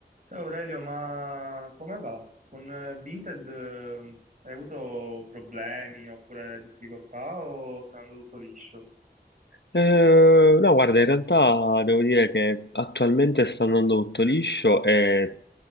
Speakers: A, on the right; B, on the left.
A: Ciao Aurelio, ma come va? Con eh, Vinted eh, hai avuto problemi oppure difficoltà o sta andando tutto liscio?
B: Eh, no, guarda, in realtà devo dire che attualmente sta andando tutto liscio e